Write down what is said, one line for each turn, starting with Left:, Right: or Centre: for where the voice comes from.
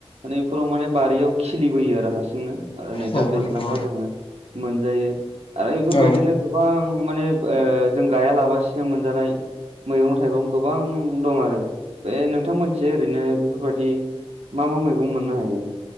Right: माने बेफोराव माने बारियाव खिलिबोयो आरो हारसिंनो आरो नै
Left: औ
Right: दा दैज्लांबा
Left: नंगौ
Right: जोंङो मोनजायो आरो बेफोरबायदिनो
Left: औ
Right: गोबां माने जों गाया लाबासिनो मोनजानाय मैगं थाइगं गोबां दं आरो बे नोंथां मोनसे ओरैनो बेफोरबायदि मा मा मैगं मोननो हायो